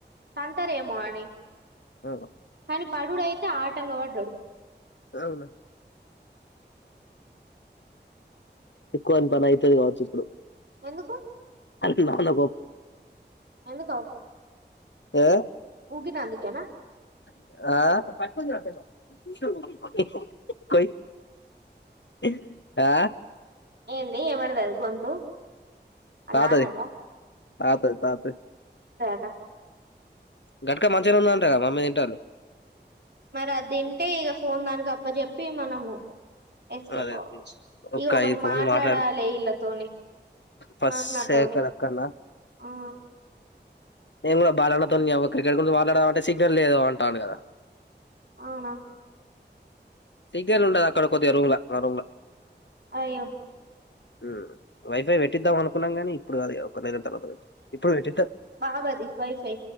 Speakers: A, on the right (about 65°); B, on the left (about 80°).
A: సంతారేమో అని
B: అ
A: కాని పడడు అయితే ఆటంగ పడ్డాడు
B: అవును ఎక్కువని పని అవుతుది కావచ్చు ఇప్పుడు
A: ఎందుకు
B: అని నాన్న
A: ఎందుకు
B: ఆ
A: ఊగి నందుకెనా
B: ఆ ఆ
A: ఏంది ఎవరిది అది గొంతు ఆళ్ళ
B: తాతాది
A: నాన్నదా
B: తాతది తాతది
A: స
B: గట్క మంచిగానే ఉన్నాదంట కదా మమ్మీ తింటుంది
A: మరి అది తింటే ఇక ఫోన్ దానికి అప్పచెప్పి మనము ఎస్కేప్
B: అదే
A: అవచ్చు
B: ఒక్క
A: ఇ ఒకటి
B: ఐదు ఫోన్లు
A: మాట్లాడాలి
B: మాట్లాడు
A: ఇళ్ళతోని
B: ఫస్ట్
A: అన్నతోని
B: శేఖర్ అక్కన్న
A: ఆ
B: నేను కూడా బాలన్నతోని క్రికెట్ గురించి మాట్లాడ అంటే సిగ్నల్ లేదు అంటాడు కదా
A: అవునా
B: సిగ్నల్ ఉండదు అక్కడ కొద్దిగా రూమ్లా మా రూమ్లా
A: అయ్యో
B: మ్ వైఫై పెట్టిద్దాం అనుకున్నాం గాని ఇప్పుడు కాదు కొన్ని రోజుల తర్వాత ఇప్పుడు పేట్టి
A: బావది వైఫై